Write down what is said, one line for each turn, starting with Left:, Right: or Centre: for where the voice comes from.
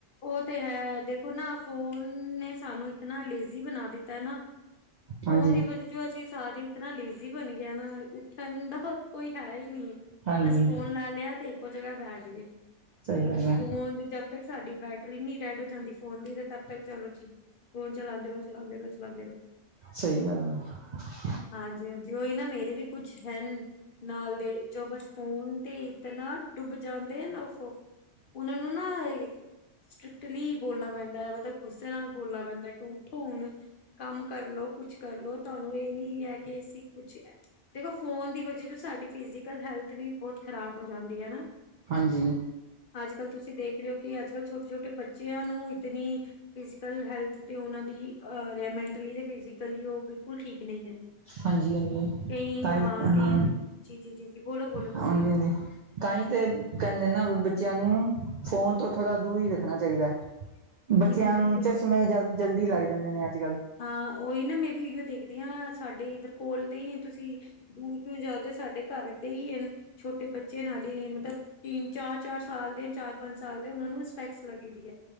Left: ਉਹ ਤੇ ਹੈ ਦੇਖੋ ਨਾ ਫੋਨ ਨੇ ਸਾਨੂੰ ਇਤਨਾ ਲੇਜ਼ੀ ਬਣਾ ਦਿੱਤਾ ਨਾ। ਫੋਨ
Right: ਹਾਂਜੀ
Left: ਦੀ ਵਜਾ ਜੋ ਅਸੀਂ ਸਾਰੇ ਇਤਨਾ ਲੇਜ਼ੀ ਬਣ ਗਏ ਨਾ ਉੱਠਣ ਦਾ ਕੋਈ ਹੈ ਹੀ ਨਹੀਂ।
Right: ਹਾਂਜੀ
Left: ਬਸ ਫੋਨ ਲੈ ਲਿਆ ਤੇ ਇੱਕੋ ਜਗਾ ਬੈਠ ਗਏ
Right: ਸਹੀ
Left: ਬੱਸ
Right: ਗੱਲ ਹੈ
Left: ਫੋਨ ਦੀ ਤੱਕ ਸਾਡੀ ਬੈਟਰੀ ਨੀ ਡੈਡ ਹੋ ਜਾਂਦੀ ਫੋਨ ਦੀ ਤੇ ਤਦ ਤੱਕ ਚਲੋ ਫੋਨ ਚਲਾਉਂਦੇ ਰਹੋ-ਚਲਾਉਂਦੇ ਰੋ। ਚਲਾਂਦੇ ਰਹੋ।
Right: ਸਹੀ ਗੱਲ ਹੈ।
Left: ਹਾਂਜੀ-ਹਾਂਜੀ ਉਹੀ ਨਾ ਮੇਰੇ ਵੀ ਕੁਛ ਹਨ ਨਾਲ ਦੇ ਜੋ ਬਸ ਫੋਨ ਤੇ ਇਤ ਨਾ ਡੁੱਬ ਜਾਂਦੇ ਆ ਨਾ ਓਹ ਫੋ। ਉਹਨਾਂ ਨੂੰ ਨਾ ਸਟ੍ਰਿਕਟਲੀ ਬੋਲਣਾ ਪੈਂਦਾ ਮਤਲਬ ਗੁੱਸੇ ਨਾਲ ਬੋਲਣਾ ਪੈਂਦਾ ਕਿ ਉੱਠੋ ਹੁਣ। ਕੰਮ ਕਰਲੋ ਕੁਛ ਕਰਲੋ ਤੁਹਾਨੂੰ ਇਹ ਨੀ ਹੈ ਕਿ ਅਸੀ ਕੁਛ ਦੇਖੋ ਫੋਨ ਦੀ ਵਜਾ ਚ ਸਾਡੀ ਫਿਜ਼ਕਲ ਹੈਲਥ ਵੀ ਬਹੁਤ ਖ਼ਰਾਬ ਹੋ ਜਾਂਦੀ ਹੈਨਾ।
Right: ਹਾਂਜੀ।
Left: ਅੱਜ ਕੱਲ ਤੁਸੀਂ ਦੇਖ ਰਹੇ ਹੋ ਕਿ ਅੱਜ ਕੱਲ ਛੋਟੇ ਛੋਟੇ ਬੱਚਿਆਂ ਨੂੰ ਇਤਨੀ ਫਿਜ਼ਕਲ ਹੈਲਥ ਤੇ ਉਹਨਾਂ ਦੀ ਮੈਂਟਲੀ ਤੇ ਫਿਜ਼ਕਲੀ ਉਹ ਬਿਲਕੁਲ ਠੀਕ ਨਹੀਂ ਹੈ।
Right: ਹਾਂਜੀ-ਹਾਂਜੀ
Left: ਕਈ
Right: ਤਾਂਈ
Left: ਕਈ
Right: ਹਾਂ
Left: ਜੀ ਜੀ ਜੀ ਜੀ ਬੋਲੋ ਬੋਲੋ ਤੁਸੀਂ
Right: ਹਾਂਜੀ-ਹਾਂਜੀ। ਤਾਂਹੀ ਤੇ ਕਹਿੰਦੇ ਨਾ ਬੱਚਿਆਂ ਨੂੰ ਫੋਨ ਤੋਂ ਥੋੜਾ ਦੂਰ ਹੀ ਰੱਖਣਾ ਚਾਹੀਦਾ ਹੈ। ਬੱਚਿਆਂ
Left: ਜੀ ਜੀ ਬਿਲਕੁਲ
Right: ਨੂੰ ਚਸ਼ਮੇ
Left: ਬਿਲਕੁਲ
Right: ਜਲਦੀ ਜਲਦੀ ਲੱਗ ਜਾਂਦੇ ਨੇ ਅੱਜ ਕੱਲ੍ਹ।
Left: ਹਾਂ ਓਹੀ ਨਾ ਮੈਂ ਵੀ ਇਹੀਓ ਦੇਖਦੀ ਹਾਂ ਸਾਡੇ ਇੱਧਰ ਕੋਲ ਦੇ ਹੀ ਤੁਸੀਂ ਦੂਰ ਕਿਉਂ ਜਾਦੇ ਸਾਡੇ ਘਰ ਦੇ ਹੀ ਹਨ ਛੋਟੇ ਬੱਚਿਆਂ ਨਾਲ ਹੀ ਮਤਲਬ ਤਿੰਨ ਚਾਰ ਚਾਰ ਸਾਲ ਦੇ ਚਾਰ ਪੰਜ ਸਾਲ ਦੇ ਉਹ ਨੂੰ ਸਪੈਕਸ ਲੱਗੀ ਹੈ।